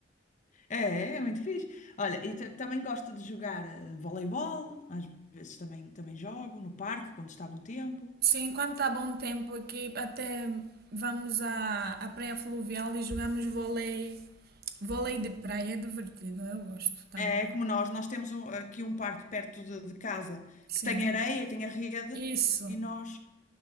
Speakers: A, on the left (about 40°); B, on the right (about 55°).
A: É, é, é muito fixe. Olha, e ta- também gosto de jogar eh, voleibol. Às vezes também, também jogo no parque, quando está bom tempo.
B: Sim, quando está bom tempo aqui, até vamos à, à praia fluvial e jogamos vôlei. Vôlei de praia é divertido, eu gosto também.
A: É é como nós, nós temos um- aqui um parque perto de, de casa
B: Sim,
A: que tem areia, e tem a rede
B: isso.
A: e nós